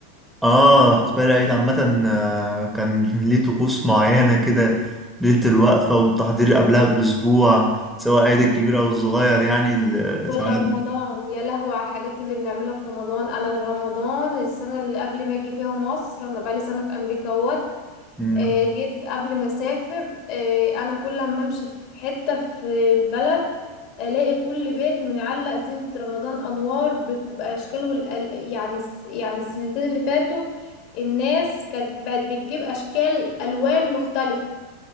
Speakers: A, in the centre; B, on the left (about 55°).
A: اه احتفال العيد عامه آه، كان ليه طقوس معينه كده ليله الوقفه والتحضير قبلها باسبوع سواء العيد الكبير او الصغير يعني ال-
B: ولا
A: سواء
B: رمضان يا لهوي على الحاجات اللي بنعملها في رمضان انا رمضان السنه اللي قبل ما اجي فيها مصر انا بقالي سنه في امريكا اهوت
A: مم.
B: آه، جيت قبل ما اسافر آه، انا كل ما امشي في حته في البلد الاقي كل بيت معلق زينه رمضان انوار بك- باشكال والأل... يعني الس- يعني السنتين اللي فاتوا الناس كانت بقت بتجيب اشكال الوان مختلفه